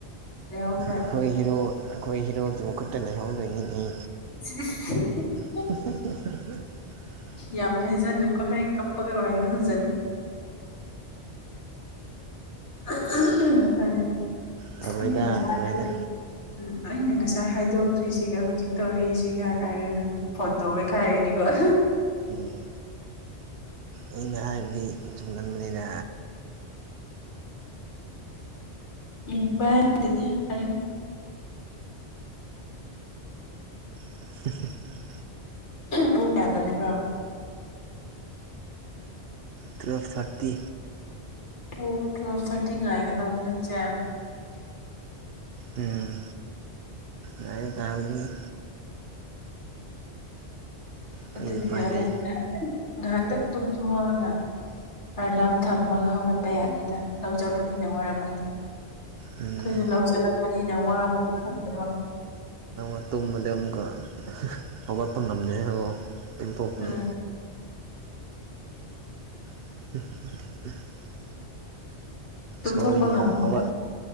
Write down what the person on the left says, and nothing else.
ꯂꯩꯍꯧꯈ꯭ꯔꯦ
<inaudible>
ꯌꯥꯝ ꯍꯥꯏꯖꯅꯨꯀꯣ ꯍꯌꯦꯡ ꯀꯞꯄꯒ ꯂꯍꯖꯅꯤ ꯍ
ꯑꯅꯦꯅ ꯁ
ꯐꯗ ꯎꯝ ꯑꯩꯅ ꯉꯁꯥꯏ ꯍꯥꯏꯗꯣꯛꯈ꯭ꯔꯤꯁꯤꯒ ꯍꯧꯖꯤꯛ ꯇꯣꯔꯤꯁꯤ ꯀꯌꯥ ꯀꯥꯏꯔꯒ ꯐꯠꯇꯕꯩ ꯀꯥꯏꯒꯅꯤꯀꯣ <inaudible>
ꯏ ꯑꯗꯨꯅꯤꯔ
ꯄꯨꯡ ꯀꯌꯥꯗ ꯂꯩꯕ꯭ꯔꯣ
ꯑꯣ ꯇ꯭ꯔꯐ ꯊꯔꯇꯤ ꯉꯑꯒꯗ ꯂ ꯆ
ꯑꯗꯨꯗꯤꯦꯟ
ꯉꯥꯏꯍꯥꯛꯪ
ꯉꯥꯏꯍꯥꯛꯇꯪ ꯇꯨꯝꯊꯣꯛꯑꯑꯒ ꯂꯝ ꯊꯝꯃꯒ ꯍꯧꯒꯠꯄ ꯌꯥꯅꯤꯗ ꯂꯧꯖꯕꯅꯤꯅ ꯋꯥꯔꯝꯒꯅꯤ ꯑꯩꯈꯣꯏꯁꯨ
ꯂꯧꯁꯤꯜꯂꯛꯄꯅꯤꯅ ꯋꯥꯕꯨ ꯈꯪ ꯋꯥ
ꯎꯝ
ꯇꯨꯝꯊꯣꯛꯄ
ꯉꯝꯃꯣꯏꯗ